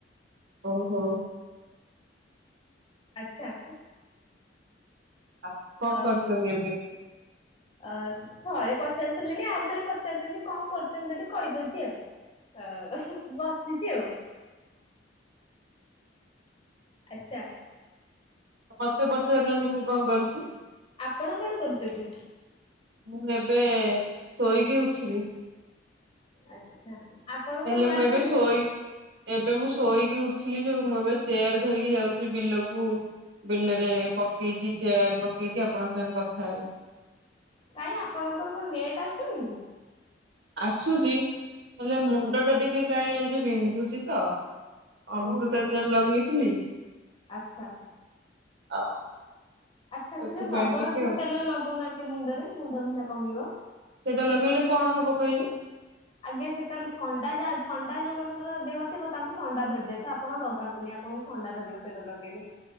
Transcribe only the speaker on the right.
ଓ ହୋ।
ଆଉ ଙ୍କ
କରୁଛନ୍ତି ଏବେ।
ମତେ ପଚାରୁନାହାନ୍ତି ମୁଁ କଣ କରୁଛି କି
ମୁଁ ଏବେ ଶୋଇକି ଉଠିଲି
ହେଲେ ମୁଁ
ଏବେ
ଶୋଇ ଏବେ ମୁଁ ଶୋଇକି ଉଠିଲି ଯୋଉ ମୁଁ ଏବେ ଚେୟାର ଧରିକି ଯାଉଛି ବିଲକୁ ବିଲରେ ପକେଇକି ଚେୟାର ପକେଇକି ଆପଣଙ୍କ ସାଙ୍ଗରେ କଥା ହେବି
ଆସୁଛି ହେଲେ
ମୁଣ୍ଡ ଟା ଟିକେ କାଇଁ ଆଜି ବିନ୍ଧୁଛି ତ ଅମୃତାଞ୍ଜନ
ଲଗେଇଥିଲି
ଆଉ
ସେଥିପାଇଁ
ଟିକେ ଆଉ
ସେଇଟା ଲଗେଇଲେ କଣ ହବ କହିଲେ?